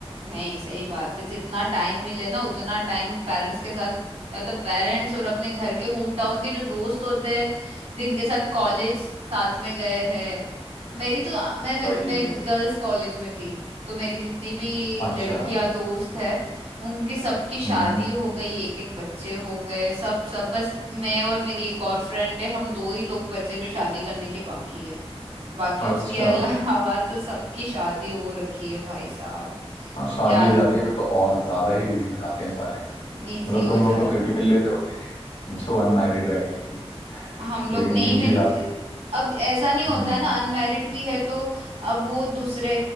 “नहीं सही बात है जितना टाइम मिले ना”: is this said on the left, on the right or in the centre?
Right